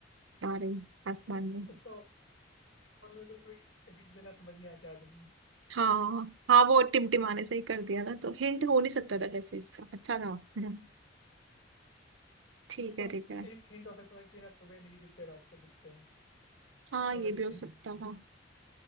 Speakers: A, on the right; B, on the left.
A: तारे आसमान
B: मतलब उस,
A: में
B: उसका और मेरे को कोई हिंट देना समझ नहीं आया क्या दो हिंट
A: हाँ हाँ वो टिमटिमाने से ही कर दिया ना तो हिंट हो नहीं सकता था कैसे इसका अच्छा था <laughs> हम्म, ठीक
B: मतलब
A: है ठीक है
B: एक हिंट हो सकता था कि ना सुबह नहीं दिखते रात को दिखते हैं
A: हाँ
B: छोड़ो
A: ये
B: लेकिन
A: भी हो सकता था